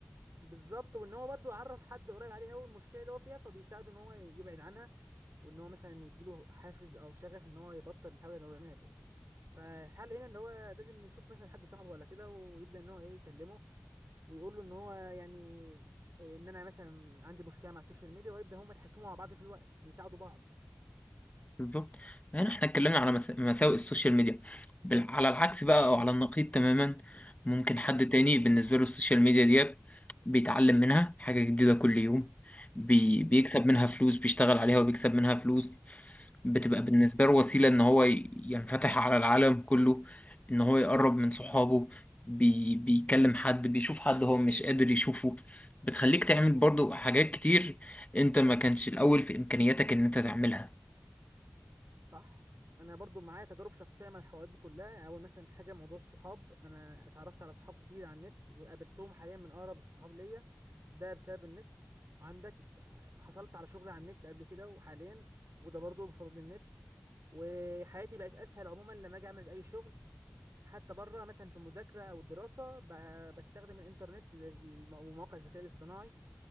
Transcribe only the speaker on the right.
بالظبط وان هو برضو عرف حد قريب عليه قوي المشكله اللي هو فيها فبيساعده ان هو يبعد عنها وان هو مثلا يديله حافز او شغف ان هو يبطل الحاجه اللي هو بيعملها ديت فالحل هنا اللي هو لازم يشوف مثلا حد صاحبه ولا كده ويبدا ان هو ايه يكلمه ويقول له ان هو يعني إيه، ان انا مثلا عندي مشكله مع السوشيال ميديا ويبدا هم يتحكموا مع بعض في الوقت ويساعدوا بعض
م-
م-
م-
صح انا برضو معايا تجارب شخصيه مع الحوارات دي كلها اول مثلا حاجه موضوع الصحاب انا اتعرفت على صحاب كتير على النت وقابلتهم حاليا من اقرب الصحاب ليا ده بسبب النت عندك حصلت على شغل على النت قبل كده وحاليا وده برضو بفضل النت وحياتي بقت اسهل عموما لما اجي اعمل اي شغل حتى بره مثلا في المذاكره او الدراسه ب- بستخدم الانترنت زي الم- ومواقع الذكاء الاصطناعي